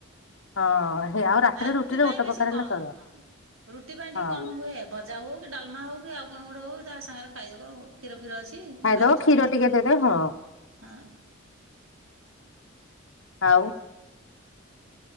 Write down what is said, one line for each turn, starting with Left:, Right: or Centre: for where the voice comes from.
Left: ହଁ ଆଉ ରାତିରେ
Right: ଆ ରୁଟି
Left: ରୁଟିରେ
Right: ପାଇଁ
Left: ଗୋଟେ
Right: ବେଶୀ
Left: ପ୍ରକାର
Right: କମ
Left: ହେଲେ ଚଳିବ
Right: ହଁ ରୁଟି ପାଇଁ
Left: ହଁ
Right: ଟିକେ କମ ହୁଏ ଭଜା ହଉ କି ଡାଲମା ହଉ କି ଆଉ କଣ ଗୋଟେ ହଉ ତା ସାଙ୍ଗରେ ଖାଇଦବ ଉ କ୍ଷୀର ଫିର ଅଛି
Left: ଖାଇଦବ
Right: ଖାଇବ
Left: କ୍ଷୀର ଟିକେ ଦେଦେ ହଁ
Right: ହଁ
Left: ଆଉ